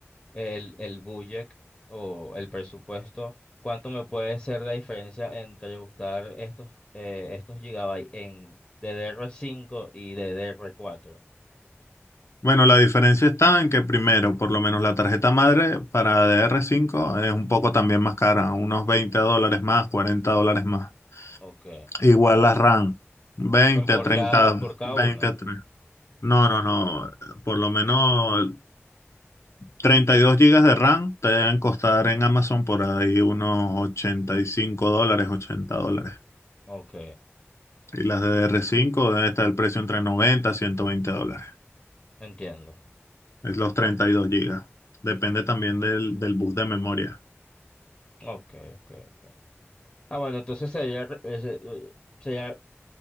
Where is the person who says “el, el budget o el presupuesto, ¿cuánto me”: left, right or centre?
Left